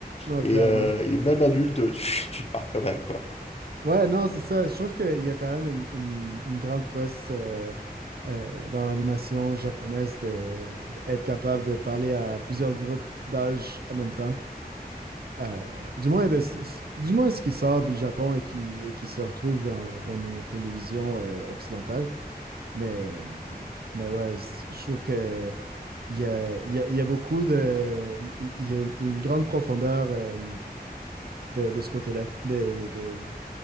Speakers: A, on the right; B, on the left.
A: non,
B: et,
A: clairement.
B: euh, et même adulte, <laughs> tu, tu te marques quand même, quoi.
A: Ouais, non, c'est ça. Je trouve qu'il y a quand même une, une- une grande prouesse euh, euh, dans l'animation japonaise de, d'être capable de parler à plusieurs groupes d'âge en même temps. Euh, du moins, de, du moins ce qui sort du Japon et qui, et qui se retrouve dans, dans nos télévisions euh, occidentales. Mais, euh, mais ouais, c- je trouve que il y a, il y a- il y a beaucoup de... Il il- il y a une, une grande profondeur. euh, de, de ce côté-là. De, de- de-